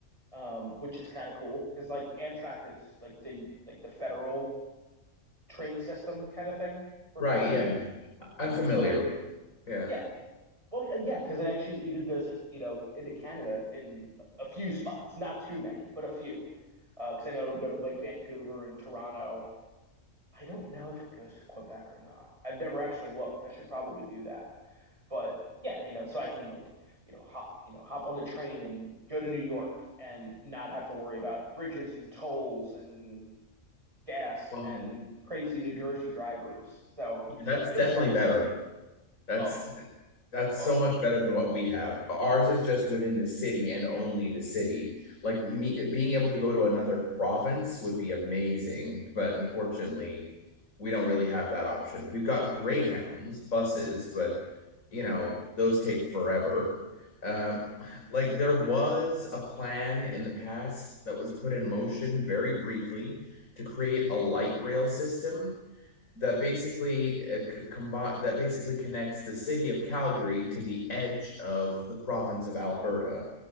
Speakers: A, on the right; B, on the left.
A: um, which is kind of cool because like Amtrak is like the like the federal train system kind of thing for
B: Right.
A: passengers.
B: Yeah. I- am familiar
A: So like
B: with it. Yeah.
A: yeah, well uh, yeah, because it actually even goes you know into Canada in a few spots, not too many, but a few. Because I know it'll go to like Vancouver and Toronto I don't know if it goes to Quebec or not. I've never actually looked. I should probably do that. But yeah, you know, so I can like, you know, hop, you know, hop on the train and go to New York and not have to worry about bridges and tolls and gas
B: Well,
A: and crazy New Jersey drivers. So
B: yeah, that's definitely
A: it's nice.
B: better. That's
A: Oh,
B: That's
A: oh,
B: so much better than what we have. Ours is just within the city and only the city. Like me being able to go to another province would be amazing, but unfortunately, we don't really have that option. We've got Greyhounds buses, but you know, those take forever. Uh, like there was a plan in the past that was put in motion very briefly to create a light rail system that basically uh, c- combi- that basically connects the city of Calgary to the edge of the province of Alberta.